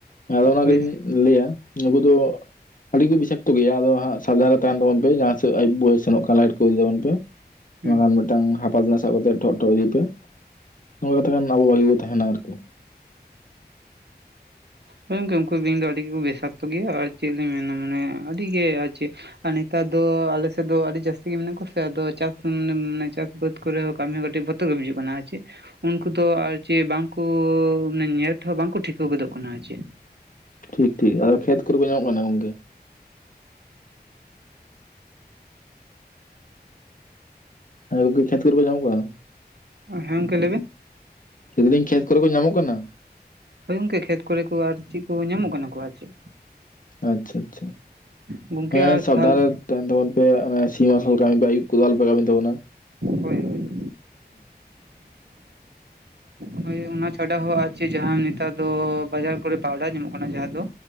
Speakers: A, on the left; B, on the right.
A: ᱟᱫᱚ ᱚᱱᱟ
B: ᱦᱳᱭ
A: ᱜᱮᱞᱤᱧ
B: ᱦᱳᱭ
A: ᱞᱟᱹᱭᱟ ᱱᱩᱠᱩ ᱫᱚ ᱟᱹᱰᱤ ᱠᱚ ᱵᱤᱥᱟᱠᱛᱚ ᱜᱮᱭᱟ ᱟᱫᱚ ᱦᱟᱸᱜ ᱥᱟᱫᱷᱟᱨᱚᱱ ᱛᱟᱦᱮᱱ ᱛᱟᱵᱚᱱ ᱯᱮ ᱡᱟᱦᱟᱸ ᱥᱮᱫ ᱟᱭᱩᱵ ᱵᱳ ᱥᱮᱱᱚᱜ ᱠᱟᱱᱟ ᱞᱟᱭᱤᱴ ᱠᱚ ᱤᱫᱤ ᱛᱟᱵᱚᱱ ᱯᱮ
B: ᱦᱩᱸ
A: ᱢᱤᱫᱴᱟᱝ ᱦᱟᱯᱟ ᱛᱮᱱᱟ ᱥᱟᱵ ᱠᱟᱛᱮ ᱴᱷᱚᱜ ᱴᱚᱜ ᱤᱫᱤ ᱯᱮ ᱱᱚᱝᱠᱟ ᱠᱟᱛᱮ ᱠᱷᱟᱱ ᱟᱵᱚ ᱵᱷᱟᱹᱜᱤ ᱵᱚ ᱛᱟᱦᱮᱱᱟ ᱟᱨᱠᱤ ᱾
B: ᱦᱮᱸ ᱜᱚᱝᱠᱮ ᱩᱱᱠᱩ ᱵᱤᱧ ᱫᱚ ᱟᱹᱰᱤ ᱜᱮᱠᱚ ᱵᱮᱥᱟᱠᱛᱚ ᱜᱮᱭᱟ ᱟᱨ ᱪᱮᱫ ᱞᱤᱧ ᱢᱮᱱᱟ ᱢᱟᱱᱮ ᱟᱹᱰᱤ ᱜᱮ ᱟᱨ ᱪᱮᱫ ᱟᱨ ᱱᱮᱛᱟᱨ ᱫᱚ ᱟᱞᱮᱥᱮᱫ ᱫᱚ ᱟᱹᱰᱤ ᱡᱟᱹᱥᱛᱤ ᱜᱮ ᱢᱮᱱᱟᱜ ᱠᱚᱣᱟ ᱥᱮ ᱟᱫᱚ ᱪᱟᱥ ᱢᱟᱱᱮ ᱢᱟᱱᱮ ᱪᱟᱥ ᱵᱟᱹᱫᱽ ᱠᱚᱨᱮ ᱦᱚᱸ ᱠᱟᱹᱢᱤ ᱦᱚᱸ ᱠᱟᱹᱴᱤᱡ ᱵᱚᱛᱚᱨ ᱜᱮ ᱵᱩᱡᱩᱜ ᱠᱟᱱᱟ ᱦᱮᱸ ᱪᱮ ᱩᱱᱠᱩ ᱫᱚ ᱟᱨ ᱪᱤ ᱵᱟᱝᱠᱩ ᱧᱮᱞ ᱛᱮᱦᱚᱸ ᱵᱟᱝᱠᱩ ᱴᱷᱤᱠᱟᱹ ᱜᱚᱫᱚᱜ ᱠᱟᱱᱟ ᱟᱨ ᱪᱤ
A: ᱴᱷᱤᱠ ᱴᱷᱤᱠ ᱟᱨ ᱠᱷᱮᱛ ᱠᱚᱨᱮ ᱠᱚ ᱧᱟᱢᱚᱜ ᱠᱟᱱᱟ ᱜᱚᱝᱠᱮ᱾ ᱦᱮᱸ ᱜᱚᱢᱠᱮ ᱠᱷᱮᱛ ᱠᱚᱨᱮ ᱠᱚ ᱧᱟᱢᱚᱜ ᱠᱟᱱᱟ᱾
B: ᱦᱮᱸ ᱜᱚᱢᱠᱮ ᱞᱟᱹᱭᱵᱮᱱ
A: ᱢᱤᱫᱟᱸᱡ ᱠᱷᱮᱛ ᱠᱚᱨᱮ ᱠᱚ ᱧᱟᱢᱚᱜ ᱠᱟᱱᱟ
B: ᱦᱳᱭ ᱜᱚᱝᱠᱮ ᱠᱷᱮᱛ ᱠᱚᱨᱮ ᱠᱚ ᱟᱨ ᱪᱮᱫ ᱠᱚ ᱧᱟᱢᱚᱜ ᱠᱟᱱᱟ ᱠᱚ ᱟᱨ ᱪᱮᱫ
A: ᱟᱪᱷᱟ ᱟᱪᱷᱟ
B: ᱜᱚᱝᱠᱮ
A: ᱦᱮᱸ
B: ᱟᱨ
A: ᱥᱟᱵᱫᱷᱟᱱ
B: ᱛᱟᱦᱚᱞ
A: ᱨᱮ ᱛᱟᱦᱮᱱ ᱛᱟᱵᱚᱱ ᱯᱮ ᱥᱮ ᱥᱤᱧ ᱢᱟᱨᱥᱟᱞ ᱠᱟᱹᱢᱤ ᱯᱮ ᱟᱹᱭᱩᱵ ᱠᱚᱫᱚ ᱟᱞᱚ ᱯᱮ ᱠᱟᱹᱢᱤ ᱛᱟᱵᱚᱱᱟ ᱾
B: ᱦᱳᱭ ᱦᱳᱭ
A: <unintelligible>
B: ᱦᱳᱭ ᱦᱳᱭ ᱚᱱᱟ ᱪᱷᱟᱰᱟ ᱦᱚᱸ ᱟᱨᱪᱤ ᱡᱟᱦᱟᱱ ᱱᱮᱛᱟᱨ ᱫᱚ ᱵᱟᱡᱟᱨ ᱠᱚᱨᱮ ᱯᱟᱣᱰᱟᱨ ᱧᱟᱢᱚᱜ ᱠᱟᱱᱟ ᱡᱟᱦᱟᱸ ᱫᱚ